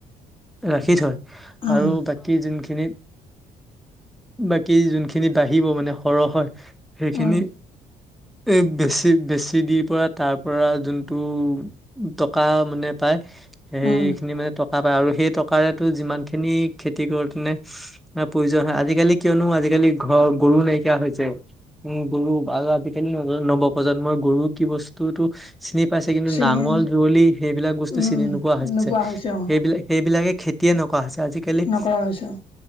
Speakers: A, in the centre; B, on the left.
A: ৰাখি থয়,
B: উম,
A: আৰু বাকী যোনখিনিত বাকী যোনখিনি বাঢ়িব মানে সৰহ হয়। সেইখিনি
B: উম,
A: এ বেছি বেছি দি পৰা, তাৰ পৰা যোনটো টকা মানে পাই, সেইখিনি
B: উম,
A: মানে টকা পায়, আৰু সেই টকাৰে তোৰ যিমান খিনি খেতি কৰোঁতে মানে প্ৰয়োজ আজিকালি কিয়নো আজিকালি ঘৰ গৰু নাইকিয়া হৈছে। উম, গৰু আৰু আজিকালি <unintelligible> নৱপ্ৰজন্মই গৰু কি বস্তু এইটো চিনি পাইছে কিন্তু
B: চিনি
A: নাঙল যৱলি সেইবিলাক বস্তু
B: উম,
A: চিনি নোৱা হৈছে
B: নোপোৱা অ,
A: সেইবিলাক সেইবিলাকে খেতিয়ে নক <unintelligible> হৈছে আজিকালি-
B: নকৰা হৈছে অ,